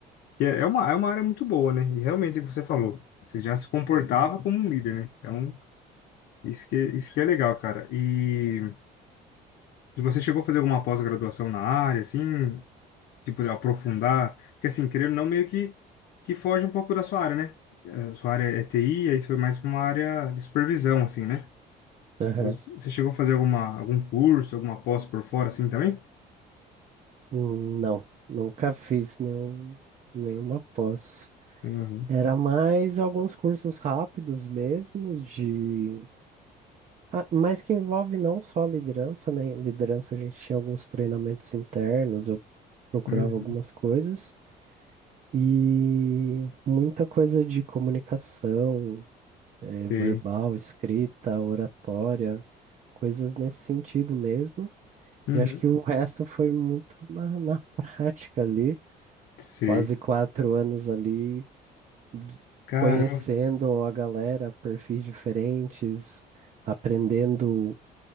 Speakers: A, on the left; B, on the right.
A: Que é é uma, é uma área muito boa, né? E realmente, é o que você falou, você já se comportava como um líder, né? Então, isso que, isso que é legal, cara. E você chegou a fazer alguma pós-graduação na área, assim, tipo, de aprofundar? Porque, assim, querendo ou não, meio que, que foge um pouco da sua área, né? A sua área é TI, aí você foi mais para uma área de supervisão, assim, né?
B: Aham.
A: Você, você chegou a fazer alguma, algum curso, alguma pós por fora, assim, também?
B: Hum, Não, nunca fiz nenhum, nenhuma pós.
A: Uhum,
B: Era mais alguns cursos rápidos mesmo, de... ah, mas que envolve não só liderança, né? Liderança a gente tinha alguns treinamentos internos, eu procurava
A: uhum,
B: algumas coisas, e muita coisa de comunicação, eh,
A: sei.
B: verbal, escrita, oratória, coisas nesse sentido mesmo.
A: Uhum,
B: E acho que o resto foi muito na, na prática ali,
A: sei.
B: quase quatro anos ali de-
A: Caramba.
B: conhecendo a galera, perfis diferentes, aprendendo